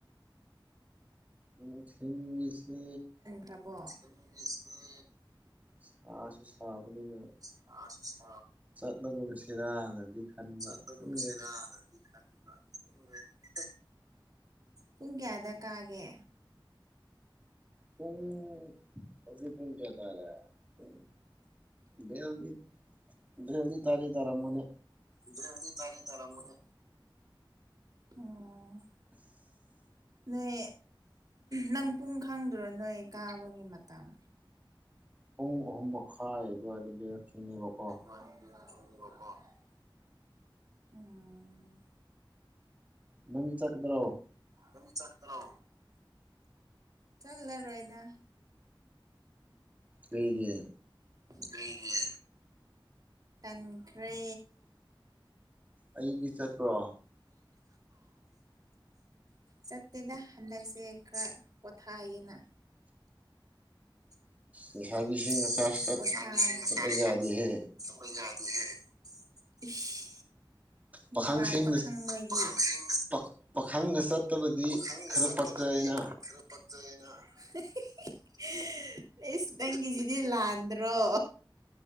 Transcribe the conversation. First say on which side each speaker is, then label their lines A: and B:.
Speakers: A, on the right; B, on the right.
A: ꯅꯨꯡꯊꯤꯟꯒꯤꯁꯤ
B: ꯇꯕꯣ <unintelligible>
A: ꯁꯥꯁꯨ ꯁꯥꯕꯅꯤꯅ
B: <unintelligible>
A: ꯆꯠꯂꯒꯨꯝꯁꯤꯔꯥꯅꯗꯤ ꯈꯟꯕ
B: ꯆꯠꯂꯒꯨꯝꯁꯤꯔꯥꯅꯗꯤ
A: ꯈꯪꯗꯦ
B: ꯈꯜꯂꯦ <unintelligible> ꯄꯨꯡ ꯀꯌꯗ ꯀꯥꯒꯦ
A: ꯄꯨꯨꯡ ꯍꯧꯖꯤꯛ ꯄꯨꯡ ꯀꯌꯥ ꯇꯔꯦ ꯎ ꯃꯌꯥꯝꯗꯤ ꯃꯌꯥꯝꯗꯤ ꯇꯥꯗꯤ ꯇꯔꯝꯃꯅꯤ
B: ꯃꯌꯥꯝꯗꯤ ꯇꯥꯗꯤ ꯇꯔꯝꯃꯅꯤ ꯑꯣ
A: <unintelligible>
B: ꯅꯣꯏ ꯅꯪ ꯄꯨꯡ ꯈꯪꯗ꯭ꯔꯣ ꯅꯣꯏ ꯀꯥꯕꯒꯤ ꯃꯇꯝ
A: ꯄꯨꯡ ꯑꯍꯨꯝ ꯃꯈꯥꯏ ꯑꯗꯨꯋꯥꯏꯗꯗꯤ ꯌꯥꯝ ꯊꯤꯡꯉꯦꯕꯀꯣ
B: <unintelligible> ꯎꯝ
A: ꯅꯪꯗꯤ ꯆꯠꯀꯗ꯭ꯔꯣ
B: ꯅꯪꯗꯤ ꯆꯠꯄ꯭ꯔꯣ ꯆꯠꯂꯔꯣꯢꯗ
A: ꯀꯩꯒꯤ
B: ꯀꯩꯒꯤ ꯇꯟꯈ꯭ꯔꯦ
A: ꯑꯌꯨꯛꯇꯤ ꯆꯠꯄ꯭ꯔꯣ
B: ꯆꯠꯇꯦꯗ ꯍꯟꯗꯛꯁꯦ ꯈꯔ ꯄꯣꯊꯥꯏꯌꯦꯅ
A: ꯂꯩꯁꯥꯕꯤꯁꯤꯡꯅ
B: <unintelligible>
A: ꯆꯥꯔꯖ
B: ꯁꯣꯢ
A: ꯆꯠꯇꯕ ꯌꯥꯗꯦꯍꯦ
B: ꯌꯥꯗꯦꯍꯦ ꯢꯁ
A: ꯄꯥꯈꯪꯁꯤꯡꯅ
B: ꯅꯨꯄꯥ ꯄꯥꯈꯪ <unintelligible> ꯄꯥꯈꯪ
A: ꯄꯥ ꯄꯥꯈꯪꯅ ꯆꯠꯇꯕꯗꯤ
B: ꯄꯥꯈꯪꯅ
A: ꯈꯔ
B: ꯆꯠꯇꯕꯗꯤ
A: ꯄꯛꯆꯩꯅ
B: ꯈꯔꯇꯪ <unintelligible> ꯢꯁ ꯅꯪꯒꯤꯁꯤꯗꯤ ꯂꯥꯟꯗ꯭ꯔꯣ